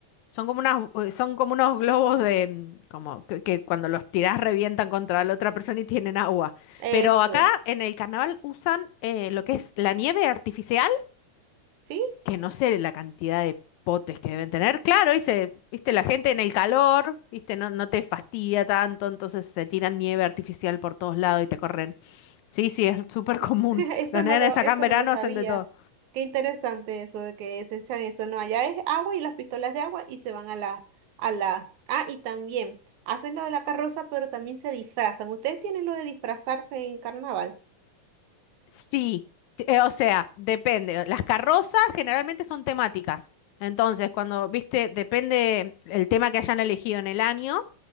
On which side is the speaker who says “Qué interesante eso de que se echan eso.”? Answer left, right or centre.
Right